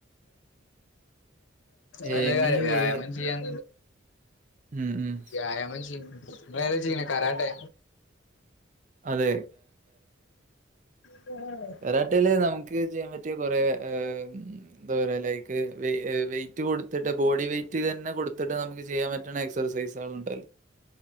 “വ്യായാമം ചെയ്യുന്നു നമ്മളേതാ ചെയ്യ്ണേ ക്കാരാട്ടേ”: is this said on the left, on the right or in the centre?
Left